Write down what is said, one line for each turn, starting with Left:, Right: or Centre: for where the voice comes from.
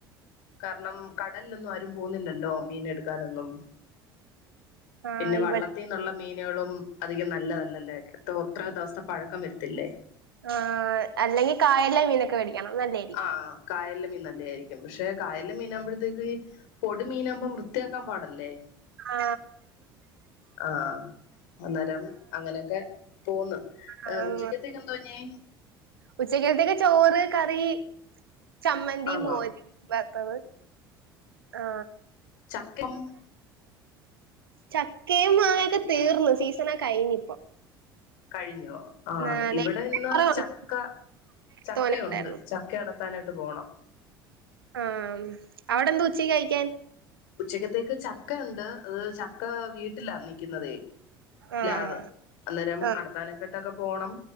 Left: കാരണം കടലിലൊന്നും ആരും പോവുന്നില്ലല്ലോ മീന് എടുക്കാനൊന്നും.
Right: ആഹ്
Left: പിന്നെ വള്ളത്തിൽ
Right: ഇവിടെ
Left: നിന്നുള്ള മീനുകളും അധികം നല്ലതല്ലല്ലേ ത്ര ദിവസത്തെ പഴക്കം വരുത്തില്ലേ?
Right: ആ അല്ലെങ്കിൽ കായലിലെ മീനൊക്കെ വേടി ക്കണം അല്ലേ?
Left: ആഹ കായല മീൻ നല്ല ആയിരിക്കും പക്ഷെ കായല മീൻ ആകുമ്പഴത്തേക്ക് പൊടി മീനാകുമ്പം വൃത്തിയാക്കാൻ പാടല്ലേ
Right: ആ
Left: ആ അന്നേരം അങ്ങനെയൊക്കെ പോന്ന്
Right: ആഹ്
Left: ഉച്ചക്കത്തേക്ക എന്തോഞ്ഞി
Right: ഉച്ചക്കത്തേക്ക് ചോറ് കറി ചമ്മന്തി
Left: ആന്നോ
Right: മോര് മീൻ വർത്തത് ആ
Left: ചക്കിം
Right: ചക്കയും മാങ്ങയൊക്കെ തീർന്നു സീസണക്കെ കഴിഞ്ഞിപ്പം.
Left: കഴിഞ്ഞോ ആഹ്
Right: ആ,
Left: ഇവിടെ
Right: നേരത്തെ
Left: ഇന്ന്
Right: കൊറേ
Left: ചക്ക
Right: ഉണ്ട്.
Left: ചക്കയുണ്ട്.
Right: തോനെ ഉണ്ടായിരുന്നു
Left: ച ക്കെടത്താനായിട്ട് പോണം.
Right: ആഹ്. അവിടെ എന്താ ഉച്ചക്ക് കഴിക്കാൻ?
Left: ഉച്ചക്ക്യത്തേക്ക് ചക്കയുണ്ട്. അത് ചക്ക വീട്ടിലാ നിക്ക്യുന്നതേയ്. പ്ലാവ്
Right: ആഹ്
Left: അന്നേരം
Right: ആഹ്
Left: അടർത്താനാ യിട്ടൊക്കെ പോണം.